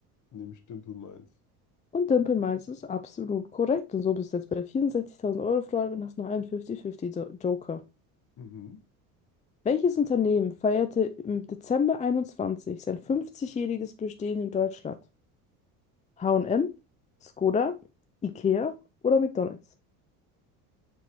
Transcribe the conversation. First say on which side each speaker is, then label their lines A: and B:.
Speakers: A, on the left; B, on the left.
A: nehme ich Dimple Minds.
B: Und Dimple Minds ist absolut korrekt. Und so bist du jetzt bei der 64.000 Euro Frage und hast noch einen 50-50 Jo- Joker.
A: Mhm.
B: Welches Unternehmen feierte im Dezember 21 sein 50-jähriges Bestehen in Deutschland? H&M, Skoda, Ikea oder McDonald's?